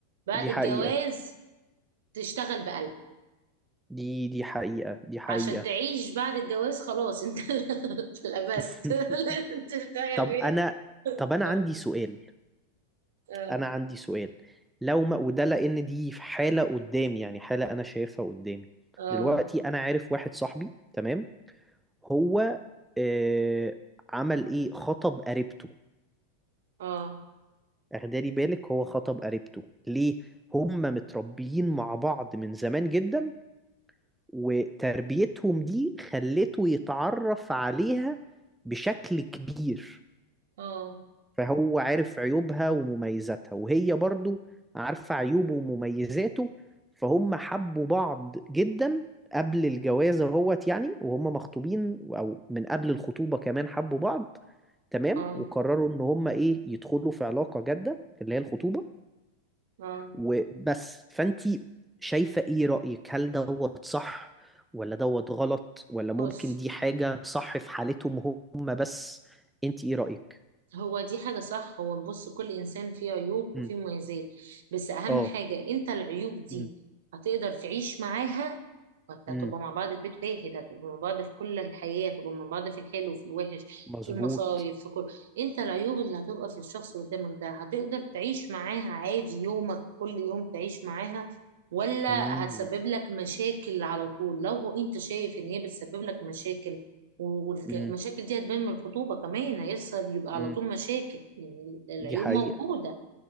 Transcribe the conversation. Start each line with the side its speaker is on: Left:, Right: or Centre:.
Right: بعد
Centre: دي
Right: الجواز
Centre: حقيقة
Right: تشتغل بقلبك
Centre: دي دي حقيقة دي حقيقة
Right: عشان تعيش بعد الجواز خلاص انت <laughs> لبست
Centre: <laughs>
Right: <laughs> لازم تشتغل
Centre: طب
Right: بيه
Centre: انا طب انا
Right: اه
Centre: عندي سؤال
Right: اه
Centre: انا عندي سؤال لو ما وده لان دي في حالة قدامي يعني حالة انا شايفها قدامي
Right: اه
Centre: دلوقتي انا عارف واحد صاحبي تمام هو آه عمل ايه خطب قريبته
Right: اه
Centre: اخدالي بالك هو خطب قريبته ليه هما متربيين مع بعض من زمان جدا وتربيتهم دي خلته يتعرف عليها بشكل كبير
Right: اه
Centre: فهو عارف عيوبها ومميزاتها وهي برضو عارفة عيوبه ومميزاته فهم حبوا بعض جدا قبل الجواز اهوت يعني وهم مخطوبين او من قبل الخطوبة كمان حبوا بعض تمام
Right: اه
Centre: وقرروا ان هم ايه يدخلوا في علاقة جادة اللي هي الخطوبة
Right: اه
Centre: وبس فانتي شايفة ايه رأيك هل دوت صح ولا دوت غلط ولا ممكن
Right: بص
Centre: دي حاجة صح في حالتهم هم بس انت ايه رأيك
Right: هو دي حاجة صح هو بص كل إنسان فيه عيوب
Centre: مم.
Right: وفيه مميزات بس أهم
Centre: اه
Right: حاجة أنت العيوب دي
Centre: مم.
Right: هتقدر تعيش معاها وأنت هتبقى
Centre: مم.
Right: مع بعض في بيت واحد هتبقى مع بعض في كل الحياة هتبقى مع بعض في الحلو في الوحش
Centre: مظبوط
Right: في المصايب في كل أنت العيوب اللي هتبقى في الشخص اللي قدامك ده هتقدر تعيش معاها عادي يومك كل يوم تعيش معاها ولا
Centre: مم.
Right: هتسبب لك مشاكل على طول لو أنت شايف إن هي بتسبب لك مشاكل والمشاكل
Centre: مم.
Right: دي هتبان من الخطوبة كمان هيحصل يبقى
Centre: مم.
Right: على طول مشاكل يعني العيوب
Centre: دي حقيقة
Right: موجودة